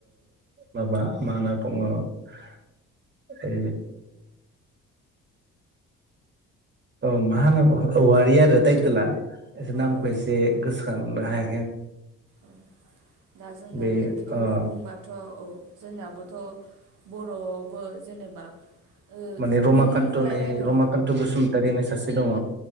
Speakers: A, on the right (about 35°); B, on the right (about 85°).
A: माबा मा होनना बुङो ओ औ मा होनांगौ अह औवारि आरो टाइटेला एसे
B: औ
A: नामखौ
B: औ
A: एसे
B: औ
A: गोसोखांनो हाया
B: औ दा जोंना
A: बे
B: लिरगिरिफोर
A: ओ
B: बुंबाथ' औ। जोंनाबोथ' बर'आवबो जेनेबा ओ
A: माने रमाकान्त
B: बिमुं मोनलायनाय
A: नै
B: दं
A: रमाकान्त बसुमतारि होन्नाय सासे दङ।